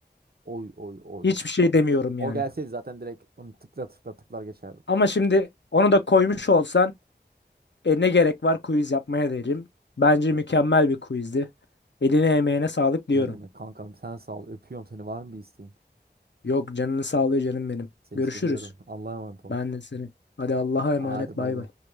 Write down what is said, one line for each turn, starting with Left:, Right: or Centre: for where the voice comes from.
Right: Oy oy oy.
Left: hiçbir şey demiyorum yani.
Right: O gelseydi zaten direkt onu tıkla tıkla tıklar geçerdim.
Left: Ama şimdi onu da koymuş olsan e, ne gerek var quiz yapmaya derim. Bence mükemmel bir quizdi. Eline emeğine sağlık diyorum.
Right: Ne demek kankam sen sağ ol. Öpüyorum seni. Var mı bir isteğin?
Left: Yok canını sağlığı canım benim.
Right: Seni
Left: Görüşürüz.
Right: seviyorum. Allah'a emanet ol.
Left: Ben de senin. Hadi Allah'a emanet
Right: Hadi
Left: bay
Right: bay bay.
Left: bay.